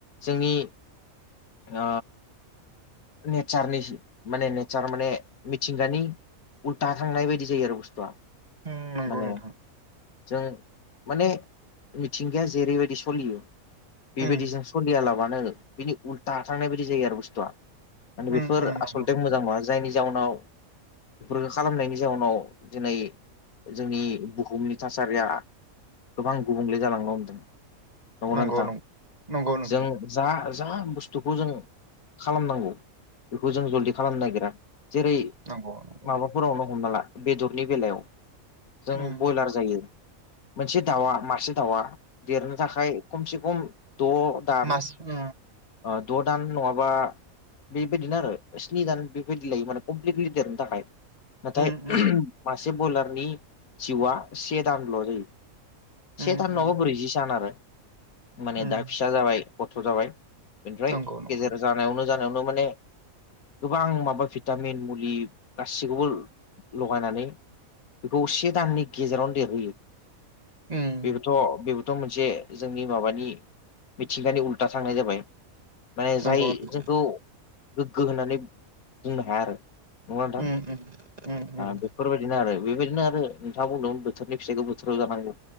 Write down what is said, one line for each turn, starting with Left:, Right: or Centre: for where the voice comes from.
Left: जोंनि ओ नेचारनि माने नेचार माने मिथिंगानि उल्था थांनाय बायदि जायो आरो बुस्थुआ
Right: उम नंगौ
Left: माने
Right: नोंथां
Left: जों माने मिथिंगाया जेरैबायदि सलियो बेबायदिजों
Right: उम
Left: सलियालाबानो बिनि उल्था थांनाय बायदि जायो आरो बुस्थुआ माने
Right: उम
Left: बेफोर
Right: उम नंगौ
Left: आसलथे
Right: नोंथां
Left: मोजां नंङा जायनि जाउनाव बेफोरखौ खालामनायनि जाउनाव दिनै जोंनि बुहुमनि थासारिया गोबां गुबुंले जालांनो होनदों नंगौना
Right: नंगौ
Left: नोंथां
Right: नं नंगौ नोंथां
Left: जों जा जा बुस्थुखौ जों खालामनांगौ बेखौ जों जल्दि खालामनो नागिरा जेरै
Right: नंगौ नंगौ
Left: माबाफोरावनो हमना ला बेदरनि बेलायाव जों
Right: उम
Left: बयलार जायो। मोनसे दाउआ मासे दाउआ देरनो थाखाय खमसे खम द' द'
Right: मास उम
Left: दान नंङाबा बेबायदिनो आरो स्नि जान बेबायदि लायो माने कमप्लिटलि देरनो थाखाय नाथाय
Right: उम उम
Left: मासे बयलारनि जिउआ से दानल' जायो। से
Right: उम
Left: थान नङाबा
Right: उम
Left: ब्रैजि सान आरो माने
Right: उम
Left: दा फिसा जाबाय गथ' जाबाय। बेनिफ्राय
Right: नंगौ नंगौ
Left: गेजेर जानायावनो जानायावनो माने गोबां माबा भिटामिन मुलि गासिखौबो लगायनानै बेखौ से दाननि गेजेरावनो देरहोयो।
Right: उम
Left: बेबोथ' बे थ' मोनसे जोंनि माबानि मिथिंगानि उल्था थांनाय जाबाय। माने
Right: नंगौ
Left: जाय
Right: नंगौ
Left: जोंखौ गोग्गो होननानै बुंनो हाया आरो नङा नोंथां?
Right: <inaudible> <inaudible> उम
Left: ओ बेफोरबायदिनो आरो बेबायदिनो आरो नोंथाङा बुंदोंमोन बोथोरनि फिथाइखौ बोथोराव जानांगौ।